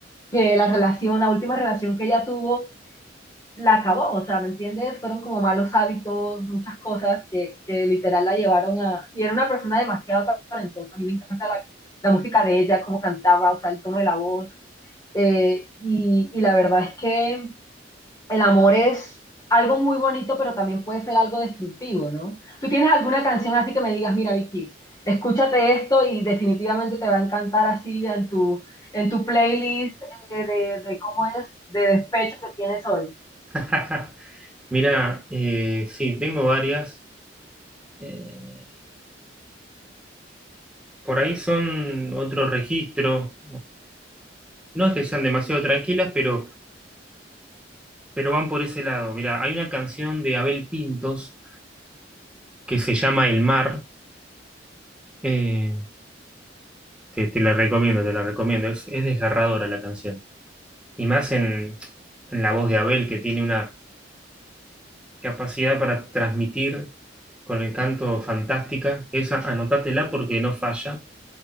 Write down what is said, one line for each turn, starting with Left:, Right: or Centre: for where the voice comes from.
Left: que la relación, la última relación que ella tuvo, la acabó, o sea, ¿me entiendes? Fueron como malos hábitos, muchas cosas que, que literal la llevaron a... Y era una persona demasiado talentosa, a mí me encanta la, la música de ella, cómo cantaba, o sea, el tono de la voz, eh, y, y la verdad es que el amor es algo muy bonito, pero también puede ser algo destructivo, ¿no? ¿Tú tienes alguna canción así que me digas, mira, Vicky, escúchate esto y definitivamente te va a encantar así en tu, en tu playlist eh, de, de cómo es, de despecho que tienes hoy?
Centre: <laughs> Mira, sí, tengo varias. Eh, por ahí son otro registro. No es que sean demasiado tranquilas, pero, pero van por ese lado. Mira, hay una canción de Abel Pintos que se llama El Mar. Eh, Te, te la recomiendo, te la recomiendo. Es, es desgarradora la canción. Y más en, en la voz de Abel, que tiene una capacidad para transmitir con el canto fantástica. Esa, anótatela porque no falla.